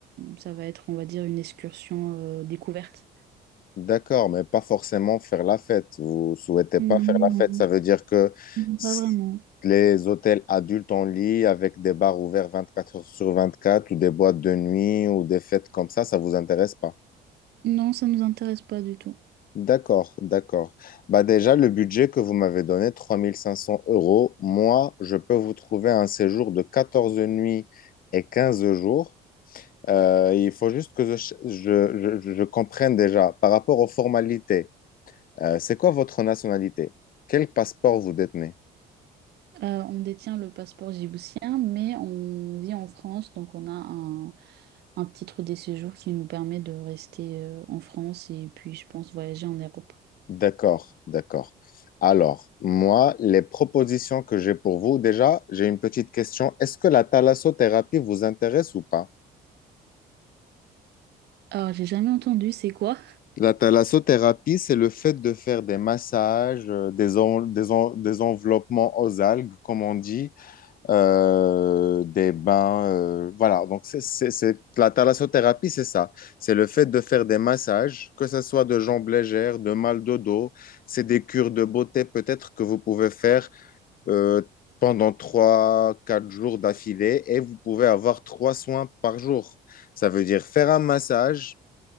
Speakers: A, on the right; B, on the left.
A: ça va être, on va dire, une excursion euh, découverte.
B: D'accord, mais pas forcément faire la fête. Vous souhaitez
A: Mm,
B: pas faire la
A: Non,
B: fête, ça veut dire que
A: non, pas
B: s-
A: vraiment.
B: les hôtels adultes en lit avec des bars ouverts 24 heures sur 24 ou des boîtes de nuit ou des fêtes comme ça, ça vous intéresse pas.
A: Non, ça ne nous intéresse pas du tout.
B: D'accord, d'accord. Bah déjà, le budget que vous m'avez donné, 3500 euros, moi, je peux vous trouver un séjour de 14 nuits et 15 jours Euh, il faut juste que je, je- je- je comprenne déjà par rapport aux formalités. euh, c'est quoi votre nationalité? Quel passeport vous détenez?
A: Euh, on détient le passeport djiboutien, mais on vit en France, donc on a un, un titre de séjour qui nous permet de rester euh, en France et puis, je pense, voyager en Europe.
B: D'accord, d'accord. Alors, moi, les propositions que j'ai pour vous, déjà, j'ai une petite question. Est-ce que la thalassothérapie vous intéresse ou pas?
A: Alors, j'ai jamais entendu, c'est quoi?
B: La thalassothérapie, c'est le fait de faire des massages, euh, des, en- des en- des enveloppements aux algues, comme on dit, euh, des bains. euh, voilà, donc c'est, c'est- c'est- la thalassothérapie, c'est ça. C'est le fait de faire des massages, que ce soit de jambes légères, de mal de dos. C'est des cures de beauté peut-être que vous pouvez faire euh, pendant trois quatre jours d'affilée et vous pouvez avoir trois soins par jour. Ça veut dire faire un massage,